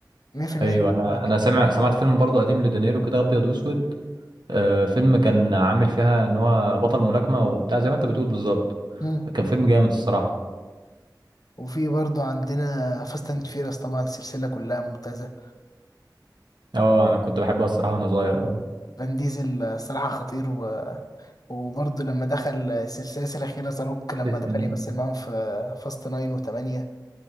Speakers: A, on the left (about 55°); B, on the right (about 75°).
A: 100%
B: ايوه
A: انت عارفه
B: انا انا
A: شكلاً.
B: سامع سمعت فيلم برضه قديم لدينيرو كده ابيض واسود آه فيلم كان عامل فيها ان هو بطل ملاكمة وبتاع زي ما انت بتقول بالظبط
A: مم.
B: كان فيلم جامد الصراحة
A: وفي برضه عندنا فاست اند فيرس طبعا السلسلة كلها ممتازة
B: اه انا كنت بحبها الصراحة وانا صغير قوي
A: فان ديزل آه، صراحة خطير و... وبرضه لما دخل السلسلة الأخيرة زاروك لما
B: ستيسم
A: دخل يمثل معاهم في فاست ناين وتمانية